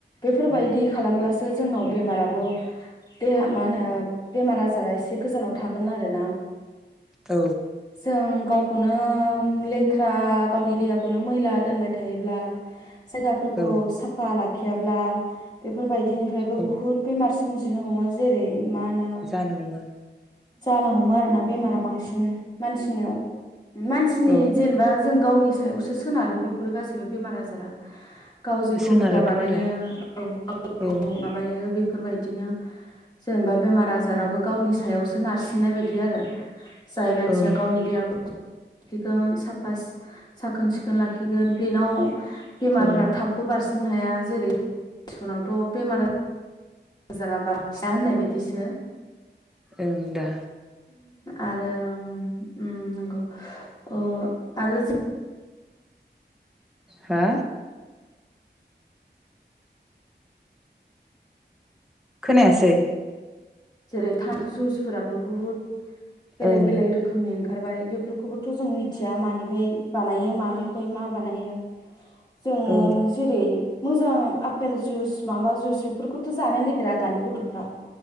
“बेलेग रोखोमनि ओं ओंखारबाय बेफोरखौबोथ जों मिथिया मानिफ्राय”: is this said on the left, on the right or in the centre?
Left